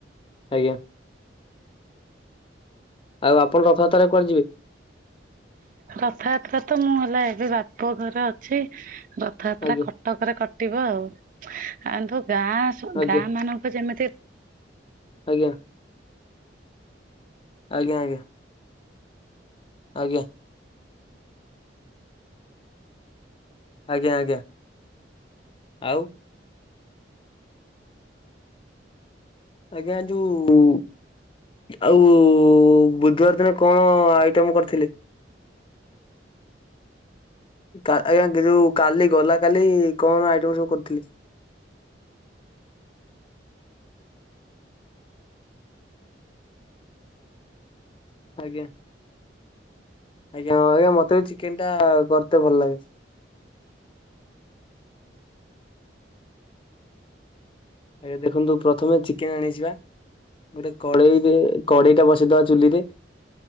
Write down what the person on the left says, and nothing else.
ଆଜ୍ଞା। ଆଉ ଆପଣ ରଥଯାତ୍ରାରେ କୁଆଡେ ଯିବେ?
ଆଜ୍ଞା
ଆଜ୍ଞା
ଆଜ୍ଞା। ଆଜ୍ଞା ଆଜ୍ଞା। ଆଜ୍ଞା। ଆଜ୍ଞା ଆଜ୍ଞା ଆଉ ଆଜ୍ଞା ଯୋଉ ଆଉ ବୁଧବାର ଦିନ କଣ ଆଇଟମ୍ କରିଥିଲେ? ଆଜ୍ଞା ଯୋଉ କାଲି ଗଲା କାଲି କଣ ଆଇଟମ୍ ସବୁ କରିୁଥିଲି? ଆଜ୍ଞା ଆଜ୍ଞା ହଁ ମତେ ବି ଚିକେନ ଟା କରତେ ଭଲ ଲାଗେ। ଆଜ୍ଞା ଦେଖନ୍ତୁ ପ୍ରଥମେ ଚିକେନ୍ ଆଣିଛି ବା ଗୋଟେ କଡେଇରେ କଡେଇ ଟା ବସେଇଦବା ଚୁଲିରେ।